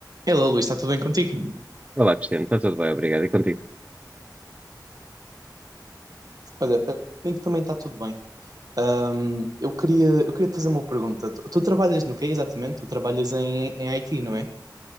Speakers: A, on the right (about 55°); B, on the right (about 20°).
A: Hello, Luís, está tudo bem contigo?
B: Olá, Cristiano, está tudo bem, obrigado. E contigo?
A: Olha, comigo também está tudo bem. Ahm, eu queria, eu queria te fazer uma pergunta. Tu, tu trabalhas no quê exatamente? Tu trabalhas em, em IT, não é?